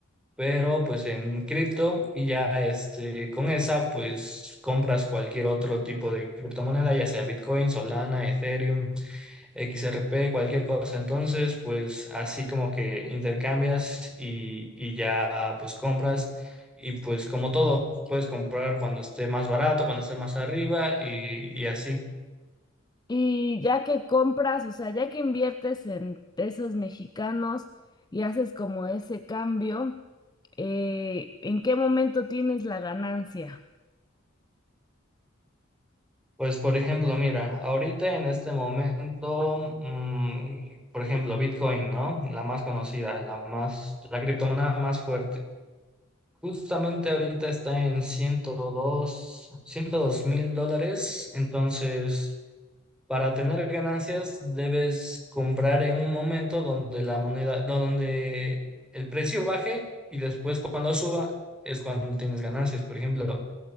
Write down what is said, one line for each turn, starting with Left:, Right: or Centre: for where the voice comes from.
Centre: pero pues en cripto y ya este, con esa pues compras cualquier otro tipo de criptomoneda, ya sea Bitcoin, Solana, Ethereum, XRP, cualquier cosa. Entonces pues así como que intercambias y, y ya pues compras y pues como todo, puedes comprar cuando esté más barato, cuando esté más arriba y, y así.
Left: Y ya que compras, o sea, ya que inviertes en pesos mexicanos y haces como ese cambio, eh, ¿en qué momento tienes la ganancia?
Centre: Pues por ejemplo, mira, ahorita en este momento, mm, por ejemplo, Bitcoin, ¿no? La más conocida, la más, la criptomoneda más fuerte. Justamente ahorita está en ciento dos, ciento dos mil dólares. Entonces, para tener ganancias, debes comprar en un momento donde la moneda, no, donde el precio baje y después cuando suba es cuando tienes ganancias. Por ejemplo,